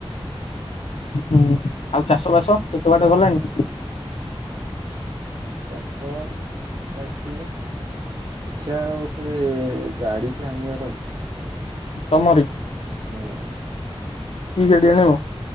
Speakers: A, on the left; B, on the right.
A: ହୁଁ ଆଉ ଚାଷ ବାସ କେତେ ବାଟ ଗଲାଣି?
B: ଚାଷ ଚାଲିଛି। ଏଛା ଗୋଟେ ଗାଡିଟେ ଆଣିବାର ଅଛି।
A: ତମରି?
B: ହୁଁ।
A: କି ଗାଡ଼ି ଆଣିବ